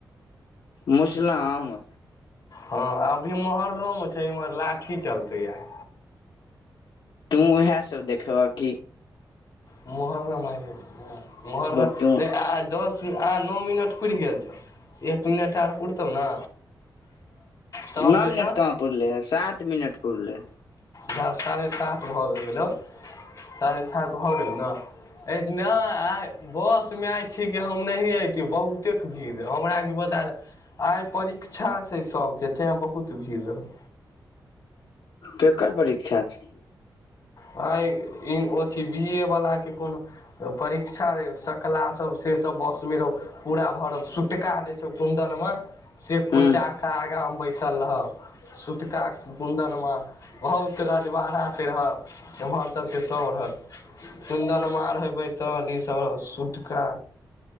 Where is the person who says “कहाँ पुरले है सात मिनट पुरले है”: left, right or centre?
Left